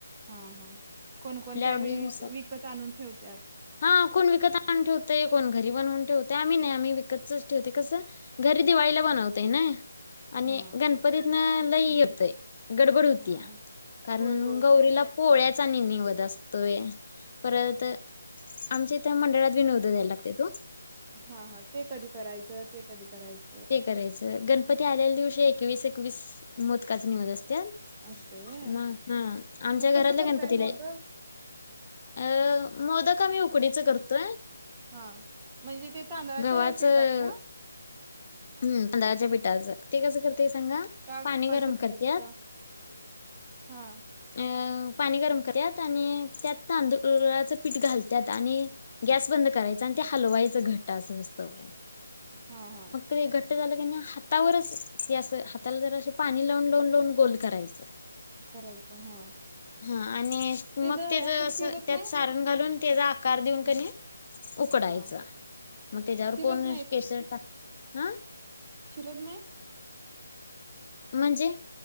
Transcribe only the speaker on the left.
आवडीनुसार
हा, कोण विकत आणून ठेवतय कोण घरी बनवून ठवतय. आम्ही नाही आम्ही विकतच ठेवतय कसं, घरी दिवाळीला बनवतय नई. आणि
गणपतीतन लई येतय. गडबड हुत्या.
कारण
गौरीला पोळ्याचा नि निवद असतोय. परत आमच्या इथ मंडळात बी निवद द्यायला लागत्यात ओ.
ते करायचं. गणपती आलेल्या दिवशी एकवीस एकवीस मोदकाचा निवद अस त्यात.
म हा आमच्या
घरातल्या
गणपतीला
अ- मोदक आम्ही उकडीच करतोय.
गव्हाचं
हम्म तांदळाच्या पिठाचं. ते कसं कर तय सांगा?
पाणी गरम
करत्यात,
अ पाणी गरम करत्यात आणि त्यात तांदुळाचं पीठ घालत्यात आणि गॅस बंद करायच आणि ते हलवायचं घट्ट असं होऊस्तपर्यंत.
ते घट्ट झालं कनी, हातावरच हे अस हाताला जरा अस पाणी लावून लावून लावून गोल करायच.
हा आणि
मग
तेज असं,
त्यात
सारण घालून तेज आ आकार देऊन कनी
उकडायचा.
मग तेज्यावर
कोण केशर टाक आं?
म्हणजे?